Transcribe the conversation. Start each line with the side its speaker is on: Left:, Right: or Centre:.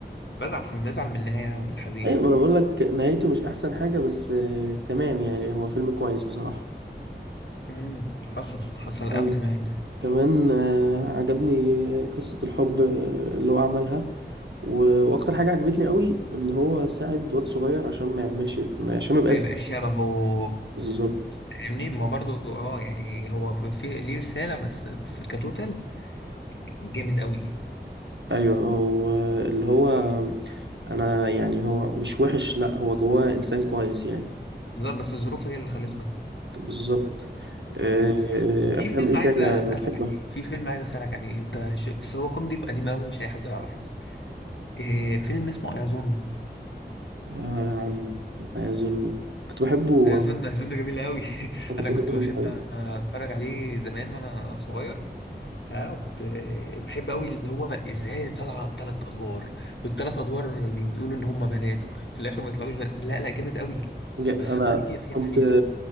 Left: بزعل في بزعل من النهاية أوي الحزينة
Right: ايوه
Left: دي
Right: ما انا بقول لك نهايته مش احسن حاجه بس آه، تمام يعني هو فيلم كويس بصراحه
Left: امم حصل حصل قوي
Right: آه،
Left: كمان
Right: كمان آه، عجبني قصه الحب آه، اللي هو عملها و- واكتر حاجه عجبتني قوي ان هو ساعد واد صغير عشان ما يعملش ما- عشان ما يبقاش
Left: ما يبقاش
Right: زي-
Left: شبهه
Right: بالظبط
Left: فاهمني ما برضو اه يعني هو في ليه رسالة بس بس كتوتال جامد قوي
Right: ايوه هو اللي هو انا يعني هو مش وحش لا هو جواه انسان كويس يعني
Left: بالظبط بس الظروف هي اللي خلته كده
Right: بالظبط آه،
Left: مم.
Right: آه،
Left: في
Right: افلام
Left: فيلم
Right: ايه
Left: عايز
Right: تانية
Left: اسألك
Right: بتحبها
Left: عليه في فيلم عايز اسألك عليه انت ش... بس هو كوميدي قديم قوي مش اي حد يعرفه إيه فيلم اسمه ايازون
Right: آه يا عم لا يظن كنت بحبه وانا
Left: هيظن
Right: صغير
Left: هيظن جميل قوي <laughs>
Right: كنت
Left: انا
Right: بحبه
Left: كنت
Right: وانا
Left: بحب
Right: صغير
Left: اتفرج عليه زمان وانا صغير ها وكنت بحب قوي اللي هو ازاي طالعه بثلاث ادوار والثلاث ادوار بيقولوا ان هم بناته في الاخر ما يطلعوش بنات لا لا جامد قوي
Right: يا-
Left: بس
Right: انا
Left: الكوميديا فيه
Right: كنت
Left: عاليه